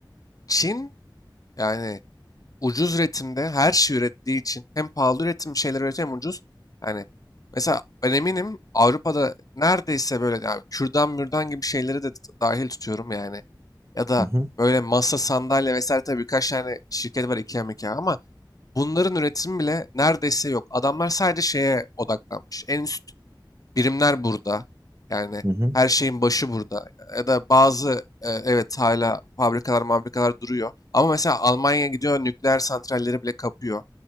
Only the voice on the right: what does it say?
Hı hı,
hı hı.